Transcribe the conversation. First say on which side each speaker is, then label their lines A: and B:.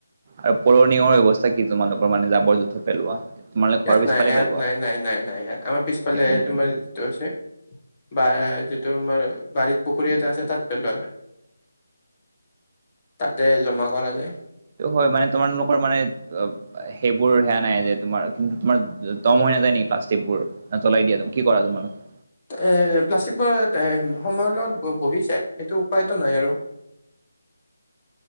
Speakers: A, on the right; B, on the left.
A: আৰু পৌৰ নিগম ব্যৱস্থা কি তোমালোকৰ মানে জাবৰ - জোথৰ পেলোৱা? তোমালোকে
B: ইয়াত
A: ঘৰৰ পিছফালে
B: নাই ইয়াত
A: পেলোৱা
B: নাই নাই নাই নাই ইয়াত আমাৰ পিছফালে
A: একো নাই
B: তোমাৰ যিটো আছে বা যিটো আমাৰ বাৰীত পুখুৰী এটা আছে তাত পেলোৱা যায়। তাতে জমা কৰা যায়।
A: সেইটো হয় মানে তোমালোকৰ মানে অ অ সেইবোৰ সেয়া নাই যে তোমাৰ কিন্তু তোমাৰ দম হৈ নাযায় নেকি প্লাষ্টিকবোৰ? না জ্বলাই দিয়া, কি কৰা তোমালোকে?
B: এ প্লাষ্টিকবোৰ তে সময়ৰ লগত ব বহি যায় সেইটো উপায়তো নাই আৰু। <inaudible>